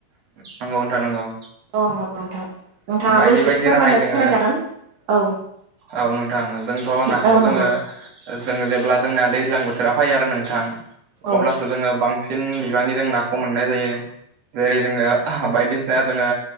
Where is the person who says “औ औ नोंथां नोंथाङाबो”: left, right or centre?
Right